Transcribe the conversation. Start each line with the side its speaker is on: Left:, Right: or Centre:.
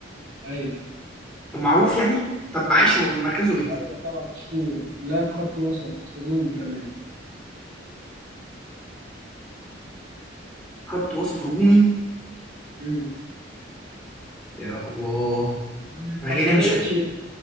Right: ايوه
Centre: طب معروف يعني طب معلش هو مركزه ايه
Right: ايوه طبعا مشهور لاعب خط وسط هجومي كمان
Centre: خط وسط هجومي
Right: امم
Centre: يا الله
Right: من
Centre: انا
Right: اساطير
Centre: جاي ده مش حق.
Right: تشيلسي